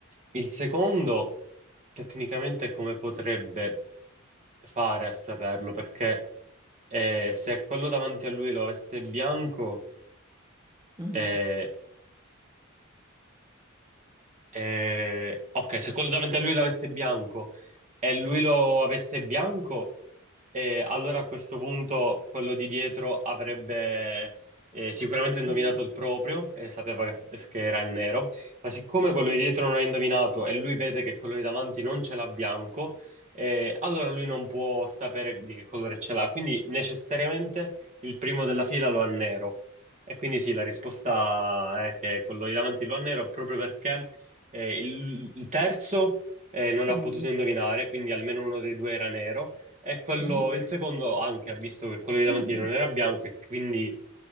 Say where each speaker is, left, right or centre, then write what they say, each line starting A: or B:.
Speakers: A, on the right; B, on the right.
A: il secondo, tecnicamente, come potrebbe fare a saperlo? Perché eh, se quello davanti a lui lo avesse bianco,
B: Mhm,
A: eh, Eh, ok, se quello davanti a lui l'avesse bianco e lui lo avesse bianco, eh, allora a questo punto quello di dietro avrebbe eh, sicuramente indovinato
B: mhm,
A: il proprio e sapeva che, che era il nero, ma siccome
B: mhm,
A: quello di dietro non ha indovinato e lui vede che quello di davanti non ce l'ha bianco, eh, allora lui non può sapere di che colore ce l'ha, quindi necessariamente il primo della fila lo ha nero. E quindi sì, la risposta è che quello di davanti lo ha nero proprio perché eh, il, il terzo eh, non
B: mhm,
A: ha potuto indovinare, quindi almeno uno dei due era nero. E quello,
B: mhm.
A: il secondo anche ha visto che quello di davanti
B: <laughs>
A: non era bianco, e quindi